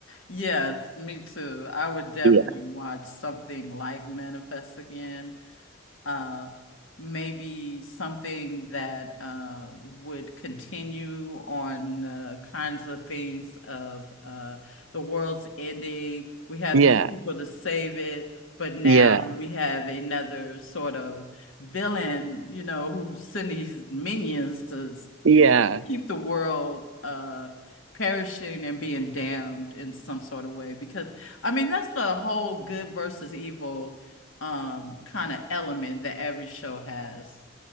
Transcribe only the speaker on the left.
Yes, me too. I would definitely
watch something like Manifest again uh, maybe something that uh, would continue on the kinds of things of uh, the world's ending. We have
these people to save it, but now
we have another sort of villain, you know, who send these minions to, you
know, keep the world uh, perishing and being damned in some sort of way. Because I mean, that's the whole good versus evil um kind of element that every show has.